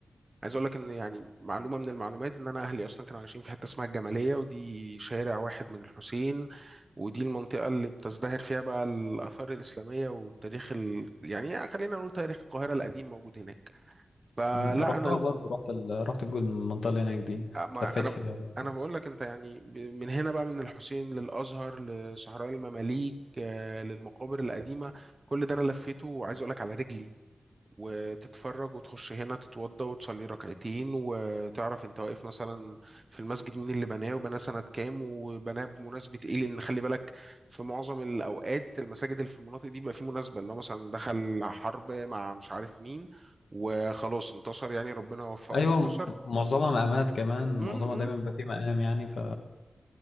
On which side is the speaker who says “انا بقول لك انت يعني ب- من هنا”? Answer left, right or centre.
Right